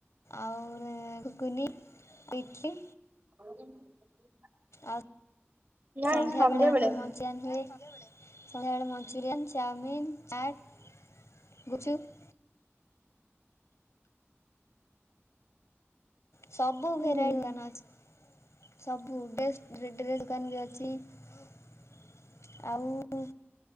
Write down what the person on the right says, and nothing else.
<unintelligible>
ନାଇଁ
ସନ୍ଧ୍ୟା
ବେଳେ
ହୁଁ।